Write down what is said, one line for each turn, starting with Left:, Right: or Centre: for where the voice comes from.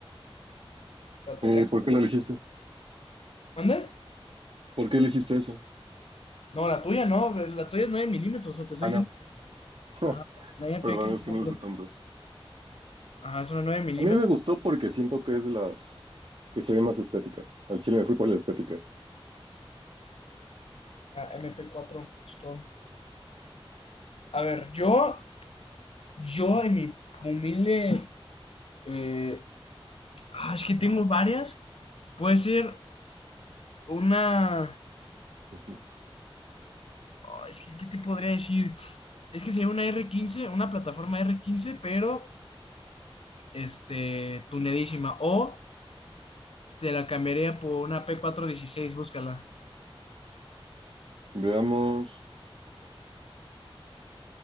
Left: Espérate,
Right: ¿Y por qué la elegiste?
Left: ¿Mande?
Right: ¿Por qué elegiste esa?
Left: No, la tuya no, la tuya es 9 milímetros, o sea, te estoy
Right: Ah,
Left: diciendo.
Right: no. <laughs>
Left: Ah, la MP4.
Right: Perdón, es que no lo sé tanto.
Left: Ajá, es una nueve milímetros.
Right: A mí me gustó porque siento que es de las que se ven más estéticas. Al chile me fui por la estética.
Left: Ah, mp cuatro Storm. A ver, yo, yo en mi humilde. eh, ah, es que tengo varias. Puede ser una.
Right: Ujú.
Left: oh, es que, ¿qué te podría decir? Es que sería una r quince una plataforma r quince pero este, tunedísima. O te la cambiaría por una p cuatrocientos dieciséis búscala.
Right: Veamos.